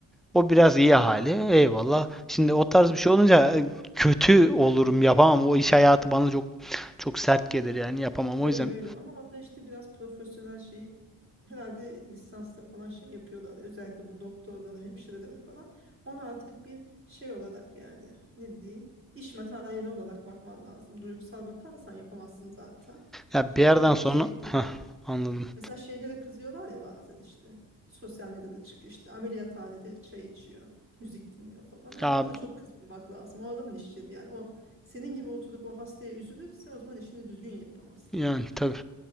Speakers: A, in the centre; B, on the right.
A: o biraz iyi
B: Heh,
A: hali. Eyvallah. Şimdi o tarz bir şey olunca e, kötü olurum, yapamam. O iş hayatı bana çok çok sert gelir yani yapamam.
B: Öyle
A: O yüzden
B: öyle. Ama orada işte biraz profesyonel şeyi herhalde lisansta falan şey yapıyorlar. Özellikle bu doktorlara, hemşirelere falan. Ona artık bir şey olarak yani ne diyeyim? İş materyali olarak bakman lazım. Duygusal bakarsan yapamazsın zaten.
A: ya bir yerden
B: O da
A: sonra
B: şey değil.
A: Heh, anladım.
B: Mesela şeyde de kızıyorlar ya bazen işte. Sosyal medyada çıkıyor işte ameliyathanede çay içiyor. Müzik dinliyor falan. Ya
A: Ya
B: ona da çok kızmamak lazım. O adamın işçiliği yani. O senin gibi oturup o hastaya üzülürse o zaman işini düzgün yapamaz.
A: yani tabii.